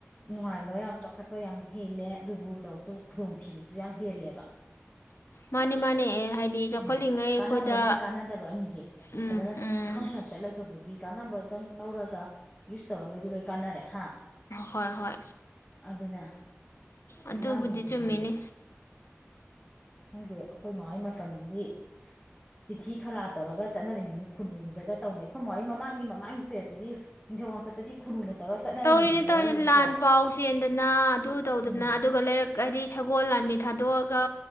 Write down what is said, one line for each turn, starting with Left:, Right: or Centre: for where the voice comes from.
Centre: ꯅꯨꯡꯉꯥꯏꯕ ꯌꯥꯝ ꯆꯥꯎꯈꯠꯄ ꯌꯥꯝ ꯍꯦꯜꯂꯦ ꯑꯗꯨꯕꯨ ꯇꯧꯕꯇꯕꯨ ꯈꯨꯗꯣꯡꯊꯤꯕꯁꯨ ꯌꯥꯝ ꯍꯦꯜꯂꯦꯕ꯫
Left: ꯃꯥꯅꯦ ꯃꯥꯅꯦ ꯍꯥꯏꯗꯤ ꯆꯥꯎꯈꯠꯂꯤꯉꯩ
Centre: ꯎꯝ ꯀꯥꯟꯅꯕ
Left: ꯑꯩꯈꯣꯏꯗ
Centre: ꯑꯃꯗꯤꯝ ꯀꯥꯟꯅꯗꯕ ꯑꯅꯤꯁꯦ
Left: ꯎꯝ
Centre: ꯐꯖꯅ
Left: ꯎꯝ
Centre: ꯈꯪꯅ ꯆꯠꯂꯒꯕꯨꯗꯤ꯫ ꯀꯥꯟꯅꯕꯗꯪ ꯂꯧꯔꯒ ꯌꯨꯁ ꯇꯧꯔꯒꯗꯤ ꯂꯣꯏ ꯀꯥꯟꯅꯔꯦ ꯍꯥ꯫
Left: ꯍꯣꯏ ꯍꯣꯏ꯫
Centre: ꯑꯗꯨꯅ꯫
Left: ꯑꯗꯨꯗꯕꯨꯗꯤ
Centre: ꯑꯉꯥꯡꯁꯤꯡꯗꯨꯁꯨꯅꯤ
Left: ꯆꯨꯝꯃꯤꯅꯦ꯫
Centre: ꯈꯪꯗꯦ ꯑꯈꯣꯏ ꯃꯥꯍꫭꯏ ꯃꯇꯝꯗꯤ꯫ <unintelligible> ꯆꯤꯊꯤ ꯊꯂꯥ ꯇꯧꯔꯒ ꯆꯠꯅꯔꯝꯃꯤꯅꯤ ꯈꯨꯟꯅꯨꯗꯒ ꯇꯧꯅꯩ ꯑꯈꯣꯏ ꯃꯥꯍꫭꯏ ꯃꯃꯥꯡꯒꯤ ꯃꯃꯥꯡꯒꯤ ꯐꯦꯁꯇꯗꯤ ꯅꯤꯡꯊꯧ ꯍꯥꯛꯇꯛꯇꯗꯤ ꯈꯨꯅꯨꯅ꯫ ꯇꯧꯔꯒ ꯆꯠꯅꯔꯝꯃꯤꯗꯨꯅꯤ
Left: ꯇꯧꯔꯤꯅꯦ ꯇꯧꯔꯤꯅꯦ
Centre: ꯋꯥꯔꯤꯕꯨꯀꯣ
Left: ꯂꯥꯟ ꯄꯥꯎ ꯆꯦꯟꯗꯅ ꯑꯗꯨ ꯇꯧꯗꯅ
Centre: ꯎꯝ
Left: ꯑꯗꯨꯒ ꯂꯩꯔꯛ ꯍꯥꯏꯗꯤ ꯁꯒꯣꯜ ꯂꯥꯟꯃꯤ꯫ ꯊꯥꯗꯣꯛꯑꯒ꯫